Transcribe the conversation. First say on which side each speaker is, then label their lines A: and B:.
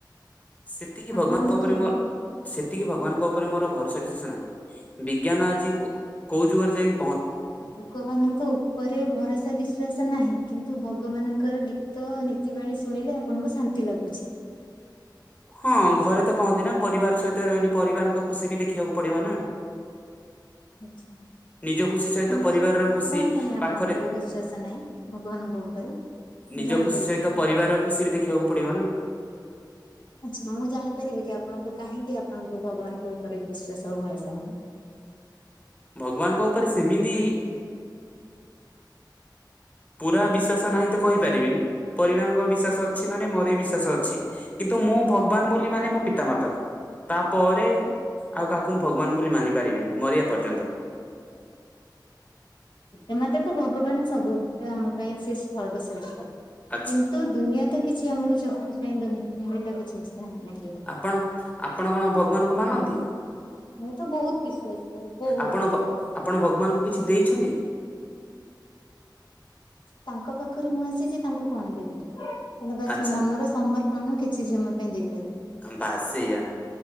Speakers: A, on the left (about 20°); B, on the left (about 75°).
A: ସେତିକି ଭଗବାନଙ୍କ
B: ଆପଣଙ୍କୁ
A: ଉପରେ
B: କିଏ
A: ମୋର
B: ଭଲ
A: ସେତିକି ଭଗବାନଙ୍କ ଉପରେ ମୋର ଭରସା ବିଶେଷ ନାହିଁ ବିଜ୍ଞାନ ଆଜି କୋ କୋଉ ଯୁଗରେ ଯାଇ
B: ଭଗବାନଙ୍କ ଉପରେ ଭରସା ବିଶ୍ଵାସ ନାହିଁ କିନ୍ତୁ ଭଗବାନଙ୍କର ଗୀ ତ ନୀତି ବାଣୀ ଶୁଣିଲେ ଆପଣଙ୍କୁ ଶାନ୍ତି ଲାଗୁଛି।
A: ହଁ ଘରେ ତ କହନ୍ତି ନା ପରିବାର ସହିତ ରହିଲି ପରିବାରଙ୍କ ଖୁସି ବି ଦେଖିବାକୁ ପଡିବ ନା।
B: ଆଛା।
A: ନିଜ ଖୁସି ସହିତ
B: ଆପଣଙ୍କୁ
A: ପରିବାରର ଖୁସି
B: କଣ ପାଇଁ
A: ପାଖରେ
B: ଆପଣଙ୍କର ବିଶ୍ଵାସ ନାହିଁ ଭଗବାନଙ୍କ ଉପରେ? ମୁଁ
A: ନିଜ
B: ଜାଣିପାରିବି
A: ଖୁସି ସହିତ
B: କି?
A: ପରିବାରର ଖୁସି ବି ଦେଖିବାକୁ ପଡିବ ନା।
B: ଆଚ୍ଛା ମୁଁ ଜାଣିପାରିବି କି ଆପଣଙ୍କୁ କାହିଁକି ଆପଣଙ୍କୁ ଭଗବାନଙ୍କ ଉପରେ ବିଶ୍ଵାସ ଆଉ ଭରସା ନାହିଁ?
A: ଭଗବାନଙ୍କ ଉପରେ ସେମିତି ପୁରା ବିଶ୍ୱାସ ନାହିଁ ତ କହିପାରିବିନି ପରିବାଙ୍କ ବିଶ୍ୱାସ ଅଛି ମାନେ ମୋର ବି ବିଶ୍ଵାସ ଅଛି। କିନ୍ତୁ ମୁଁ ଭଗବାନ୍‌ ବୋଲି ମାନେ ମୋ ପିତାମାତା। ତାପରେ ଆଉ କାହାକୁ ମୁଁ ଭଗବାନ ବୋଲି ମାନି ପାରିବିନି ମରିବା ପର୍ଯ୍ୟନ୍ତ।
B: ତେ ମତେ ତ ଭଗବାନ ସବୁ ଆମ ପାଇଁ ସେ ସର୍ବଶ୍ରେଷ୍ଠ
A: ଆଚ୍ଛା
B: କିନ୍ତୁ ଦୁନିଆ ତ କିଛି ଆମକୁ ଚିୁନି ଏ କିଛି ଯାଆନ୍ତି ନାଁ
A: ଆପଣ ଆପଣ କଣ ଭଗବାନଙ୍କୁ ମାନନ୍ତି?
B: ମୁଁ ତ ବହୁତ ବିଶ୍ଵାସ କରେ ବହୁତ
A: ଆପଣ ଭ ଆପଣ ଭଗବାନଙ୍କୁ କିଛି ଦେଇଛନ୍ତି?
B: ତାଙ୍କ ପାଖରେ ମୁଁ ଆସିଛି ତାଙ୍କୁ କଣ ଦେବି? କିନ୍ତୁ ବାସ୍‌
A: ଆଚ୍ଛା
B: ମନର ସମର୍ପଣ କିଛି ଜମା ପାଇଁ ଦେଇପାରି
A: ଆଁ ବାସୀ ଆ